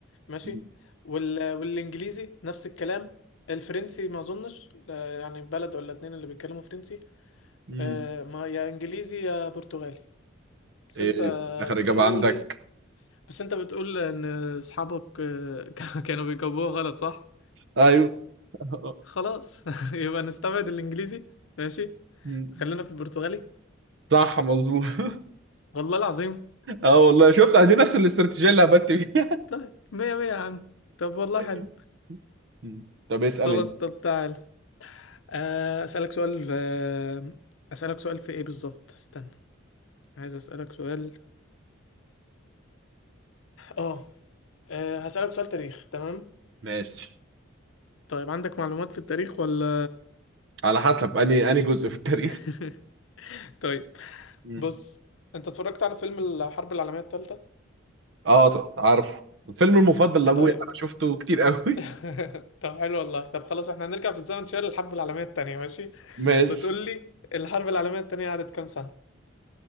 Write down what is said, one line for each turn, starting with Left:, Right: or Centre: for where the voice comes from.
Left: ماشي
Right: مم.
Left: وال... والانجليزي نفس الكلام الفرنسي ما اظنش لا، يعني بلد ولا اتنين اللي بيتكلموا فرنسي
Right: مم.
Left: أه، ما يا انجليزي يا برتغالي بس
Right: ايه
Left: انت
Right: اخر
Left: بتقول
Right: اجابه عندك
Left: بس انت بتقول ان اصحابك آه، <laughs> كانوا بيجاوبوها غلط صح
Right: ايوه <laughs>
Left: خلاص <laughs> يبقى نستبعد الانجليزي ماشي
Right: مم.
Left: خلينا في البرتغالي
Right: صح مظبوط <laughs>
Left: والله العظيم
Right: اه والله شفت دي نفس الاستراتيجيه اللي هبت فيها
Left: طيب مية مية يا عم طب والله
Right: <laughs>
Left: حلو
Right: مم. طب اسال
Left: خلاص
Right: انت
Left: طب تعال آه، اسالك سؤال آه، اسالك سؤال في ايه بالظبط استنى عايز اسالك سؤال اه آه، هسالك سؤال تاريخ تمام
Right: ماشي
Left: طيب عندك معلومات في التاريخ ولا
Right: على حسب اني اني جزء في التاريخ
Left: <laughs> طيب
Right: مم.
Left: بص انت اتفرجت على فيلم الحرب العالمية التالتة؟
Right: اه ط- عارفه الفيلم المفضل لابويا
Left: طيب
Right: <laughs> انا شفته كتير قوي
Left: <laughs> طب حلو والله طب خلاص احنا هنرجع بالزمن شوية للحرب العالمية التانية ماشي
Right: <laughs> ماشي
Left: وتقول لي الحرب العالمية التانية قعدت كام سنة؟